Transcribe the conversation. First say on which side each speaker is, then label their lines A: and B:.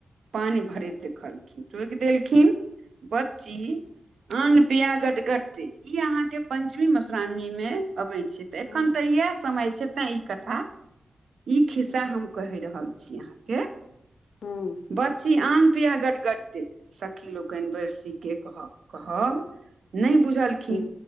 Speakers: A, on the right; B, on the left.
A: पानि भरैत देखलखिन टोकि देलखिन। बच्ची अन्न पिया गट गटट इ अहा के पं्चमी मधुश्रावणी में अबे छै। त एखन
B: हँ
A: तऽ इएह समय छै तें ई कथा ई खिस्सा
B: हुँ
A: हम कहि रहल छी अहाँके!
B: हँ
A: बच्ची आन पिया गटगटटे सखी लोकनि बर्सी कऽ कह कहब। नहि बुझलखिन
B: हुँ